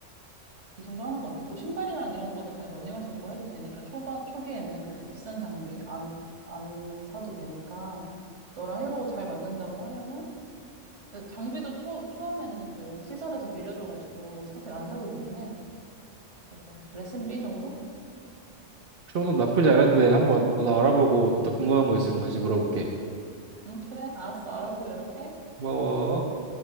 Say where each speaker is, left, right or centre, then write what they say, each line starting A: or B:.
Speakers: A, on the right; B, on the right.
A: 이 정도 하는 것 같아. 뭐, 신발이랑 이런 거는 그냥 러닝화 신고 해도 되니까, 초반, 초기에는 그렇게 비싼 장비 안, 안 사도 되니까, 너랑 해보고 잘 맞는다고 하면은, 장비도 처, 처음에는 그 시설에서 빌려줘가지고, 사실 안 사도 되긴 해. 그래서 레슨 B 정도?
B: 그 정도는 나쁘지 않은데 한번 더 알아보고
A: 응,
B: 더 궁금한 거 있으면
A: 응.
B: 다시 물어볼게.
A: 응, 그래. 알았어. 알아보고 연락해.
B: 고마워.